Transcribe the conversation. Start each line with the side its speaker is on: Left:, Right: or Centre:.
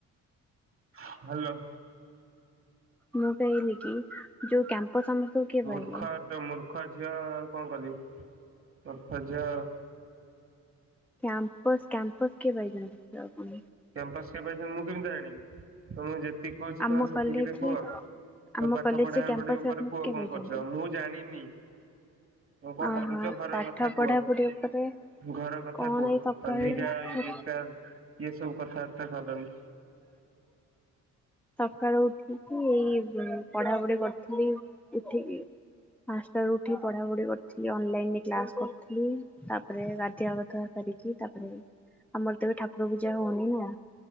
Right: ହ୍ୟାଲୋ।
Centre: ମୁଁ କହିଲି କି ଯୋଉ କ୍ୟାମ୍ପସ ଆମେ ସବୁ କିଏ
Right: ମୂର୍ଖ
Centre: ପାଇଲେ
Right: ତ ମୂର୍ଖ ଝିଅ ଆଉ କଣ କରିବି ମୂର୍ଖ ଝିଅ ଆଉ
Centre: କ୍ୟାମ୍ପସ୍ କ୍ୟାମ୍ପସ୍ କିଏ ପାଇଛନ୍ତି ଜବକୁ ନେଇକି?
Right: କ୍ୟାମ୍ପସ କିଏ ପାଇଛନ୍ତି ମୁଁ କେମିତି ଜାଣିବି ତମକୁ ଯେତିକି କହୁଛି
Centre: ଆମ
Right: ତମେ ସେତିକିରେ
Centre: କଲେଜରେ
Right: କୁହ।
Centre: ଆମ
Right: ତମେ ପାଠ
Centre: କଲେଜରେ
Right: ପଢାପଢି
Centre: କ୍ୟାମ୍ପସ
Right: ଉପରେ
Centre: ଫ୍ୟାମ୍ପସ
Right: କୁହ
Centre: କିଏ
Right: କଣ
Centre: ପାଇଛନ୍ତି?
Right: କରୁଛ ମୁଁ ଜାଣିନି। କଣ କଣ
Centre: ଅହଁ
Right: କରୁଛ ଘର
Centre: ପାଠ
Right: କଥା
Centre: ପଢାପଢି
Right: କୁହ?
Centre: ଉପରେ
Right: ଘର କଥା
Centre: କଣ
Right: କୁହ
Centre: ଏଇ ସକାଳୁ
Right: ଅଧିକା ଇଏ ବେକାର ଇଏ ସବୁ କଥାବାର୍ତ୍ତା କରନି।
Centre: ସକାଳୁ ଉଠିକି ଏଇ ପଢାପଢି କରୁଥିଲି ଉଠିକି। ପାଞ୍ଚଟାରୁ ଉଠିକି ପଢ଼ାପଢ଼ି କରୁଥିଲି ଅନଲାଇନରେ କ୍ଲାସ୍ କରୁଥିଲି। ତାପରେ ଗାଧିଆପାଧୁଆ ସାରିକି ତାପରେ ଆମର ତ ଏବେ ଠାକୁର ପୂଜା ହଉନି ନା